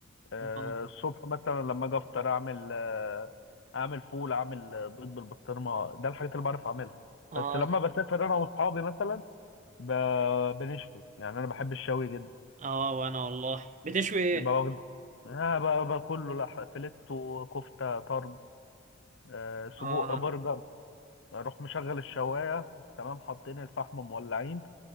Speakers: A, on the left (about 65°); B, on the right (about 40°).
A: آه،
B: اه
A: الصبح مثلا لما اجي افطر اعمل آه، اعمل فول اعمل آه، بيض بالبسطرمه ده الحاجات اللي بعرف اعملها
B: اه
A: بس لما بسافر انا واصحابي مثلا ب- بنشوي يعني انا بحب الشوي جدا
B: اه وانا والله بتشوي ايه
A: ببقى واخد آه، ب- ب- كله لح- فيليتو كفته طرب آه،
B: اه
A: سجق برجر اروح مشغل الشوايه تمام حاطين الفحم مولعين